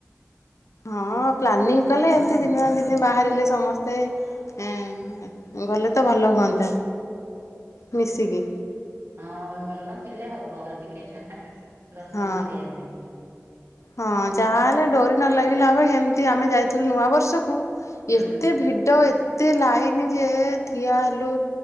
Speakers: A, on the left (about 75°); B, on the right (about 55°).
A: ହଁ ପ୍ଲାନିଂ କଲେ ଏମତି ଦିନେ ଦିନେ ବାହାରିଲେ ସମସ୍ତେଁ
B: ହଁ।
A: ଗଲେ ତ ଭଲ ହୁଅନ୍ତା ମିଶିକି
B: ହଁ ମନଥିଲେ ହବ ଟିକେ ଲସନ
A: ହଁ
B: କରଆ ଯାଇ
A: ହଁ ଯାହା ହେଲେ ଡରି ନ ଲାଗିଲା ଭବେ ସେମିତି ଆମେ ଯାଇଥିଲୁ ନୂଆ ବର୍ଷକୁ
B: ହୁଁ
A: ଏତେ ଭିଡ ଏତେ ଲାଇନ ଯେ ଠିଆ ହେଲୁ